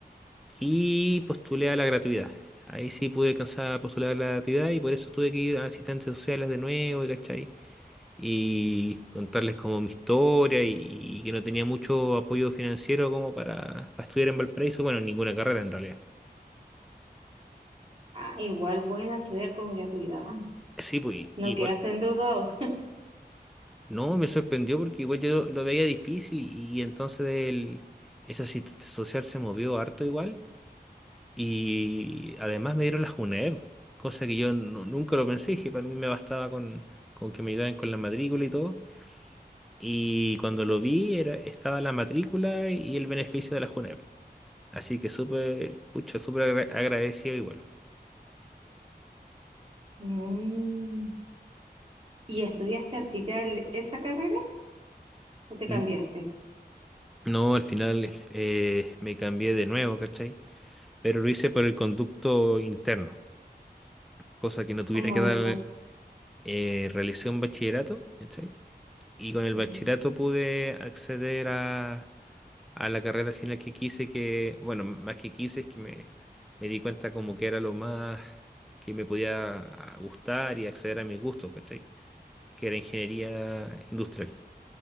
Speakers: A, in the centre; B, on the right.
A: y postulé a la gratuidad. Ahí sí pude alcanzar a postular a la gratuidad y por eso tuve que ir a asistentes sociales de nuevo, y ¿cachai? Y contarles como mi historia y, y que no tenía mucho apoyo financiero como para, para estudiar en Valparaíso. Bueno, ninguna carrera en realidad.
B: Ah, igual bueno estudiar con gratuidad.
A: Sí, pues
B: No
A: igual
B: quedaste endeudado. <laughs>
A: No, me sorprendió porque igual yo lo veía difícil y entonces el, ese asistente social se movió harto igual y además me dieron la JUNEV, cosa que yo nu- nunca lo pensé, que para mí me bastaba con, con que me ayudaran con la matrícula y todo. Y cuando lo vi era, estaba la matrícula y el beneficio de la JUNEV. Así que súper, pucha, súper agra- agradecido igual.
B: Mm. ¿Y estudiaste al final esa carrera o te cambiaste?
A: N- No, al final eh, me cambié de nuevo, ¿cachai? Pero lo hice por el conducto interno cosa que no tuviera
B: ¿Cómo
A: que
B: eso?
A: dar eh, realicé un bachillerato, ¿cachai? Y con el
B: Ya.
A: bachillerato pude acceder a, a la carrera final que quise, que, bueno, más que quise, es que me, me di cuenta como que era lo más que me podía ah, gustar y acceder a mis gustos, ¿cachai? Que era ingeniería industrial.